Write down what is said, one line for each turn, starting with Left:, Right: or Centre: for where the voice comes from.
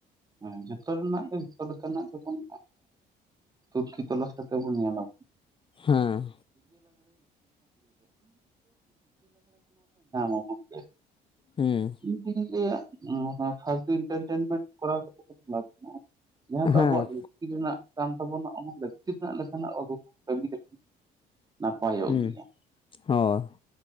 Right: ᱦᱮᱸ ᱡᱚᱛᱚ ᱨᱮᱱᱟᱜ ᱜᱮ ᱡᱚᱛᱚ ᱞᱮᱠᱟᱱᱟᱜ ᱜᱮᱵᱚᱱ ᱛᱩᱠᱷᱤ ᱛᱚᱞᱟᱥ ᱪᱤᱠᱟᱹᱛᱮ ᱵᱚᱱ ᱧᱮᱞᱟ,
Left: ᱦᱮᱸ
Right: <inaudible> <unintelligible>
Left: ᱦᱩᱸ
Right: ᱤᱧ ᱫᱩᱧ ᱞᱮᱭᱟ ᱱᱚᱣᱟ ᱯᱷᱟᱞᱛᱩ ᱮᱢᱴᱟᱨᱴᱮᱱᱢᱮᱱᱴ ᱠᱚᱨᱟᱣ ᱠᱟᱛᱮ ᱠᱳᱱᱳ ᱞᱟᱵᱷ ᱵᱟᱱᱩ-ᱟ ᱾ ᱡᱟᱦᱟᱸ ᱫᱚ
Left: ᱦᱮᱸ
Right: ᱟᱵᱚᱣᱟᱜ ᱞᱟᱹᱠᱛᱤ ᱨᱮᱱᱟᱜ ᱠᱟᱱ ᱛᱟᱵᱚᱱᱟ ᱚᱱᱟ ᱞᱟᱹᱠᱛᱤ ᱨᱮᱱᱟᱜ ᱞᱮᱠᱟᱱᱟᱜ ᱟᱵᱚ ᱵᱚᱱ ᱠᱟᱹᱢᱤ ᱞᱮᱠᱷᱟᱱ ᱱᱟᱯᱟᱭᱚᱜ
Left: ᱦᱮᱸ
Right: ᱜᱮᱭᱟ
Left: ᱦᱳᱭ